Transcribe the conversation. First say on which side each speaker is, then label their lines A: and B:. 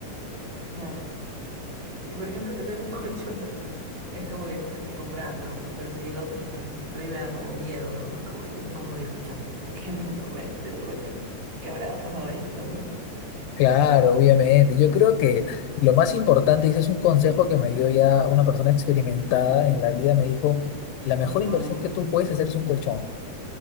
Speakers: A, on the right; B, on the left.
A: claro. Y por ejemplo, tener un <laughs> colchón también. Es como que no sabes si comprarlo, o- pero si el otro, entonces a mí me da como miedo, ¿no? Es Como yo me compro mi colchón, <laughs> porque no, no me, del otro colchón. ¿Qué habrá pasado ahí? No, no, no.
B: Claro, obviamente. Yo creo que lo más importante, y ese es un consejo que me dio ya una persona experimentada en la vida, me dijo, la mejor
A: Una sábana
B: inversión
A: limpia.
B: que tú puedes hacer es un colchón,